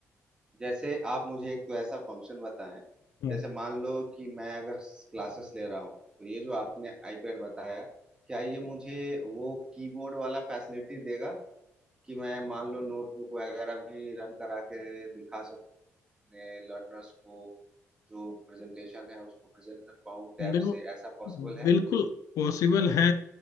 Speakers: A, on the right; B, on the left.
A: जैसे आप मुझे एक तो ऐसा फंक्शन बताएं
B: हम्म,
A: जैसे मान लो कि मैं अगर क्लासेस ले रहा हूँ तो ये जो आपने आईपैड बताया क्या ये मुझे वो कीबोर्ड वाला फैसिलिटी देगा कि मैं मान लो नोटबुक वगैरह भी रन करा के दिखा सकूँ अपने लर्नर्स को जो प्रेजेंटेशन है उसको प्रेजेंट कर पाऊँ टैब
B: देखो
A: से ऐसा पॉसिबल है
B: बिल्कुल पॉसिबल है